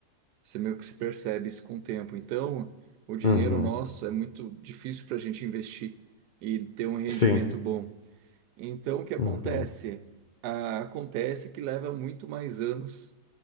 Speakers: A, on the right; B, on the left.
A: você meio que se percebe isso com o tempo. Então, o dinheiro
B: uhum,
A: nosso é muito difícil para a gente investir e ter um rendimento
B: sim,
A: bom. Então, o que acontece?
B: uhum,
A: Ah, acontece que leva muito mais anos